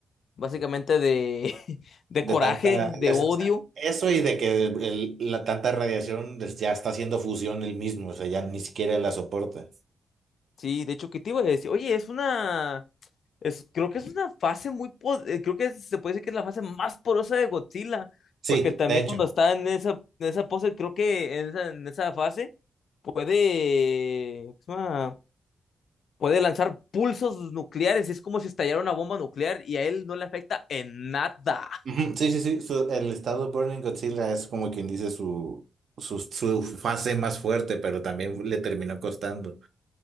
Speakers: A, on the left (about 65°); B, on the right (about 65°).
A: Básicamente de, <laughs> de coraje,
B: de tanta, es-
A: de odio
B: o sea, eso y de que el- la tanta radiación pues, ya está haciendo fusión el mismo, o sea, ya ni siquiera la soporta.
A: Sí, de hecho, ¿qué te iba a decir? Oye, es una... Es, creo que es una fase muy... po- eh, Creo que se puede decir que es la fase más porosa de Godzilla,
B: Sí,
A: porque también
B: de hecho.
A: cuando está en esa, en esa pose, creo que en esa, en esa fase puede... ¿cómo se llama? Puede lanzar pulsos nucleares, es como si estallara una bomba nuclear y a él no le afecta en nada.
B: Ujú, Sí, sí, sí, su- el estado Burning Godzilla es como quien dice su, su, su fase más fuerte, pero también le terminó costando.